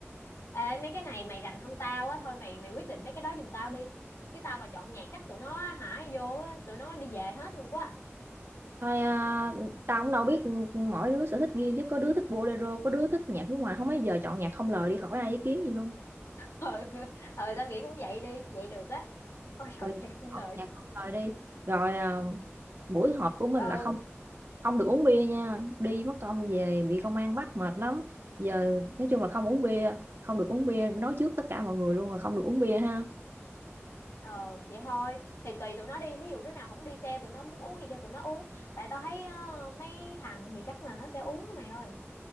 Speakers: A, on the left (about 75°); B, on the right (about 55°).
A: Ê, mấy cái này mày rành hơn tao á thôi mày mày quyết định mấy cái đó giùm tao đi chứ tao mà chọn nhạc chắc tụi nó hả vô á, tụi nó đi về hết luôn quá à.
B: thôi ờ, tao cũng đâu biết ừ, ừ, mỗi đứa sở thích riêng chứ có đứa thích bolero có đứa thích nhạc nước ngoài không mấy giờ chọn nhạc không lời đi khỏi ai ý kiến gì luôn
A: ờ <laughs> ờ tao nghĩ cũng vậy đi vậy được á ôi trời
B: rồi
A: <laughs> vậy không lời
B: chọn nhạc
A: đi
B: không lời đi rồi ờ, buổi họp của mình
A: ừ
B: là không không được uống bia nha đi mất công về bị công an bắt mệt lắm giờ nói chung là không uống bia không được uống bia nói trước tất cả mọi người luôn là không được uống bia ha
A: ờ vậy thôi thì tùy tụi nó đi ví dụ đứa nào không đi xe tụi nó muốn uống thì cho tụi nó uống tại tao thấy ờ, mấy thằng thì chắc là nó sẽ uống á mày ơi